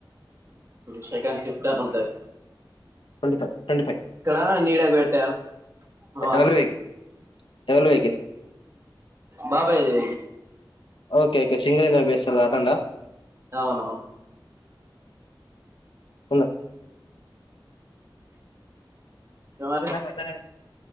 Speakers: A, on the right; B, on the left.
A: ఇప్పుడు సెకండ్ షిఫ్ట్ అని ఉంటది
B: ట్వంటీ ఫైవ్ ట్వంటీ ఫై
A: ఇక్కడ నీడకు పెట్టాను మా
B: డవల్ వెహికల్ డవల్ వెహికల్
A: బాబాయ్ ఇది
B: ఓకే ఓకే సింగర వేస్తారు కాకుండా
A: అవునవును
B: ఉన్నది
A: ఇంకా మరి
B: అన్నట్ట